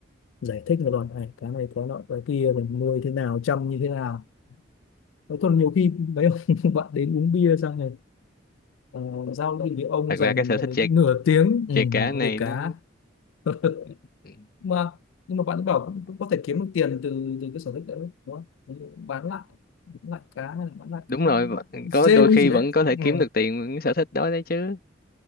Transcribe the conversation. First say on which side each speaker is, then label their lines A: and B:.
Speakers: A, on the left; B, on the left.
A: giải thích một đoạn này cá này có nọ cái kia mình nuôi thế nào chăm như thế nào Nói còn nhiều khi mấy ông <laughs> bạn đến uống bia xong rồi ờ, giao lưu thì ông
B: thật
A: dành
B: ra cái sở thích
A: đến
B: chơi
A: nửa tiếng ừ,
B: chơi cá
A: nói
B: này
A: về cá
B: nó
A: <laughs>
B: ừ.
A: mà nhưng mà bạn ấy bảo cũng cũng có thể kiếm được tiền từ từ cái sở thích đấy đúng không bán lại bán lại cá hay là bán lại
B: đúng
A: cái
B: rồi vẫn-
A: rêu
B: có đôi khi
A: cái gì đấy
B: vẫn có thể kiếm
A: ừ.
B: được tiền với cái sở thích đó đấy chứ